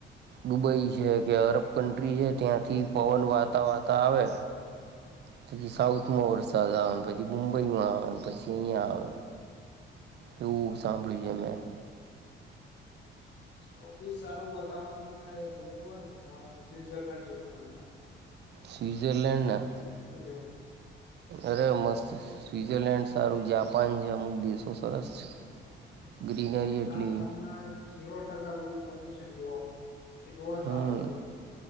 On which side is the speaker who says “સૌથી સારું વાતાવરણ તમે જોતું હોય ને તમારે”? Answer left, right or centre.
Left